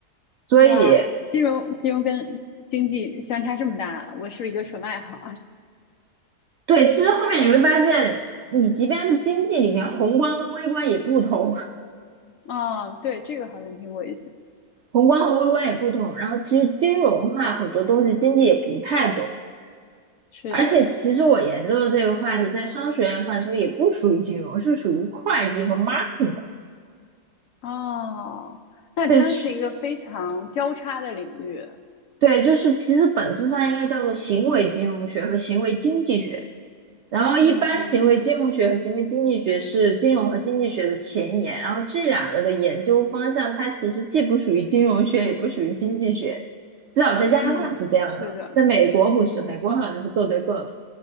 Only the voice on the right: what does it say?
所以，
对，其实后面你会发现，你即便是经济里面，宏观跟微观也不同。
宏观和微观也不同。然后其实金融哈很多东西经济也不太懂。
而且其实我研究的这个话题，在商学院范畴也不属于金融，是属于会计和 marketing 的。
这是对，就是其实本质上应该叫做行为金融学和行为经济学。然后一般行为金融学和行为经济学是金融和经济学的前沿，
然后这两个的研究方向，它其实既不属于金融学，也不属于经济学，至少在加拿大是这样的，
在美国不是，美国好像是各对各的。